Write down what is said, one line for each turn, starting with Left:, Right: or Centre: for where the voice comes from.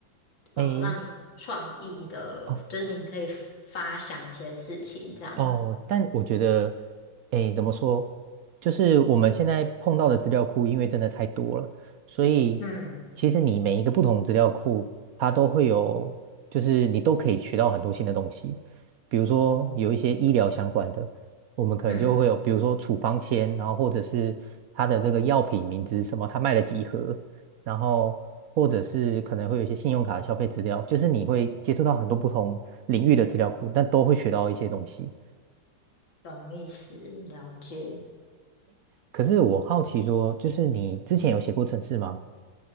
Right: 诶。
Left: 哦，让你有创意的，
Right: 哦。
Left: 就是你可以发想一些事情这样。
Right: 哦，但我觉得，诶，怎么说？就是我们现在碰到的资料库，因为真的太多了，所以其实你每一个不同资料库，
Left: 嗯，
Right: 它都会有，就是你都可以学到很多新的东西。比如说有一些医疗相关的，
Left: 哦，
Right: 我们可能就会有，
Left: 嗯，
Right: 比如说处方签，然后或者是它的这个药品名字是什么，它卖了几盒，然后或者是可能会有一些信用卡的消费资料，就是你会接触到很多不同领域的资料库，但都会学到一些东西。
Left: 懂意思，了解。
Right: 可是我好奇说，就是你之前有写过程式吗？